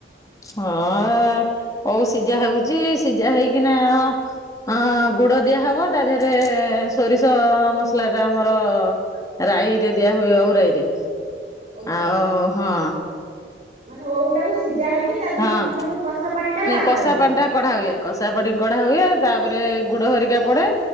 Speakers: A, on the left; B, on the right.
A: ହଁ ଓଉ ସିଝା ହଉଛି ସିଝା ହେଇକିନା ହଁ ଗୁଡ ଦିଆହବ ତା ଦେହରେ ସୋରିଷ ମସଲା ଟା ଆମର ରାଇରେ ଦିଆ ହୁଏ ଓଉ ରାଇରେ
B: ଓଉ ରାଇରେ
A: ଆଉ ହଁ।
B: ମାନେ ଓଉଟାକୁ ସିଝା ହେଇକି ତା ଦେହରୁ
A: ହଁ।
B: ମାନେ ଯୋଉ କଷା ପାଣି ଟା ବାହା
A: କଷା
B: କରାଯିବ।
A: ପାଣି ଟା କଢା ହୁଏ କଷା ପାଣି କଢା ହୁଏ ତାପରେ ଗୁଡ ହରିକା ପଡେ।